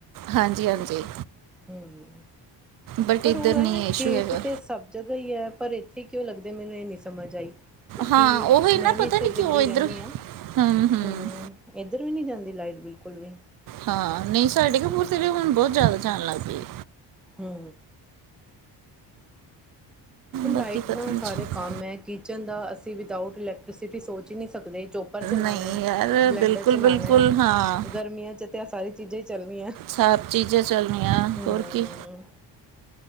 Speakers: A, on the right; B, in the centre.
A: ਹਾਂਜੀ- ਹਾਂਜੀ
B: ਹੂੰ
A: ਬਟ
B: ਪਰ
A: ਇੱਧਰ
B: ਓ ਐ
A: ਨਹੀਂ ਇਸ਼ੂ
B: ਖੇਤ
A: ਹੈਗਾ
B: ਤੇ ਸਬ ਜਗ੍ਹਾ ਈ ਹੈ ਪਰ ਇੱਥੇ ਕਿਉਂ ਲੱਗਦੇ ਮੈਨੂੰ ਇਹ ਨੀ ਸਮਝ ਆਈ। ਕਿਉਕਿ
A: ਹਾਂ ਉਹੀ ਨਾ
B: ਮੈਂ ਵੀ
A: ਪਤਾ
B: ਇੱਥੇ
A: ਨਹੀਂ ਕਿਉਂ
B: ਦਿੱਲੀ
A: ਇੱਧਰ
B: ਰੈਂਣੀ ਆਂ
A: ਹਮ ਹਮ
B: ਹੂੰ। ਇੱਧਰ ਵੀ ਨਈ ਜਾਂਦੀ ਲਾਈਟ ਬਿਲਕੁਲ ਵੀ
A: ਹਾਂ ਨਈ ਸਾਡੇ ਕਪੂਰਥਲੇ ਤੇ ਵੀ ਹੁਣ ਬੋਤ ਜਾਦਾ ਜਾਣ ਲੱਗ ਪਈ ਏ।
B: ਹੂੰ ਲਾਈਟ
A: ਬਾਕੀ ਪਤਾ
B: ਨਾਲ
A: ਨਹੀਂ
B: ਸਾਰੇ ਕੰਮ ਹੈ ਕਿਚਨ ਦਾ ਅਸੀਂ ਵਿਦਊਟ ਇਲੈਕਟ੍ਰੀਸਿਟੀ ਸੋਚ ਹੀ ਨਈ ਸਕਦੇ ਜੋ ਕਪਰ ਚਲਾਣਾ
A: ਨਹੀਂ ਯਾਰ
B: ਬਲੈਂਡਰ
A: ਬਿਲਕੁਲ
B: ਚਲਾਣਾ
A: ਬਿਲਕੁਲ ਹਾਂ
B: ਗਰਮੀਆਂ 'ਚ ਤੇ ਸਾਰੀ ਚੀਜ਼ਾਂ ਹੀ ਚੱਲਣੀਆਂ
A: ਸਭ ਚੀਜ਼ਾਂ ਚੱਲਣੀਆਂ
B: ਹੂੰ।
A: ਹੋਰ ਕੀ